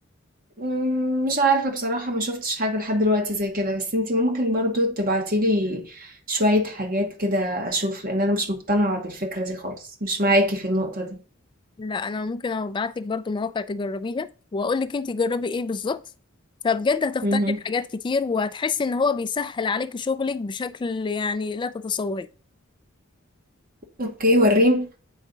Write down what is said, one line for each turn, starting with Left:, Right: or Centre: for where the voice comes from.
Right: إمم، مش عارفة بصراحة ما شُفتش حاجة لحد دلوقتي زي كده، بس أنتِ ممكن برضه تبعتي لي شوية حاجات كده أشوف، لإن أنا مش مقتنعة بالفكرة دي خالص، مش معاكِ في النقطة دي.
Left: لا انا ممكن ابعت لك برضو مواقع تجربيها واقول لك انت جربي ايه بالظبط فبجد هتقتنعي
Right: اهم.
Left: بحاجات كتير وهتحسي ان هو بيسهل عليك شغلك بشكل يعني لا تتصوري
Right: أوكي ورّيني.